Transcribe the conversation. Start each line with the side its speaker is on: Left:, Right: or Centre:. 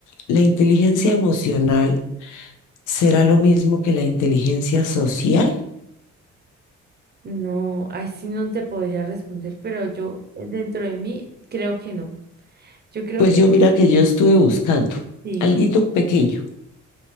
Left: ¿La inteligencia emocional será lo mismo que la inteligencia social?
Right: No, así no te podría responder, pero yo eh, dentro de mí creo que no. Yo creo
Left: Pues
Right: que
Left: yo
Right: no.
Left: mira que yo estuve buscando
Right: Sí.
Left: alguito pequeño